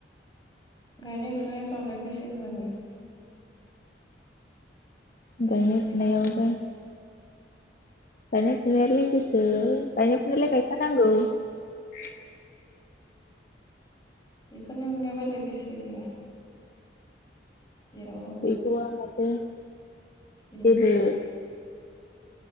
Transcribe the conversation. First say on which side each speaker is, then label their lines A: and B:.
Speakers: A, on the left; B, on the left.
A: गायनाय फुनायफ्रावलाय गोसो होआखै? गोसो
B: गायनाय
A: गैथ'वा
B: फुनायावबो
A: नामा
B: गायनाय फुनायावलाय गोसो होय गायनाय फुनायालाय गायखानांगौ। <unintelligible>
A: बेफोरनि अनगा बेलाग गोसो गैया जेराव
B: गैथ'आ माथो जेबो
A: जेन-
B: <inaudible>